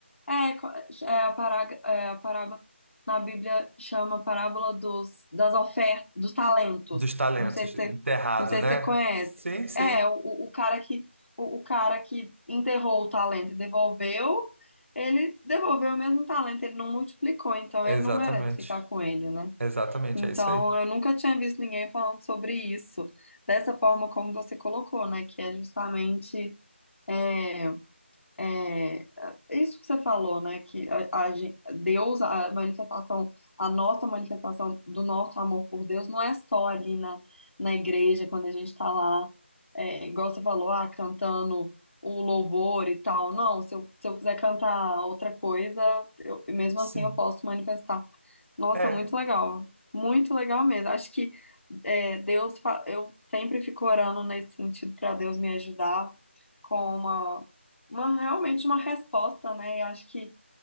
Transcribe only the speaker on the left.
é, co- é a, pará- é a parábola na Bíblia chama parábola dos, das ofertas, dos talentos.
Não sei se
você, não sei
se você conhece.
É, o, o o cara que o, o cara que enterrou o talento e devolveu, ele devolveu o mesmo talento, ele não multiplicou, então
ele não merece ficar com ele, né?
Então,
eu nunca tinha visto ninguém falando sobre isso, dessa forma como você colocou, né? Que é justamente é, é, é isso que você falou, né? Que a, a gen- Deus, a manifestação, a nossa manifestação do nosso amor por Deus não é só ali na, na igreja, quando a gente tá lá, é, igual você falou, ah, cantando o louvor e tal. Não, se eu, se eu quiser cantar outra coisa, eu, mesmo
assim eu posso manifestar. Nossa,
muito legal. Muito legal mesmo. Acho que é, Deus, fa- eu sempre fico orando nesse sentido para Deus me ajudar com uma uma, realmente uma resposta, né? E acho que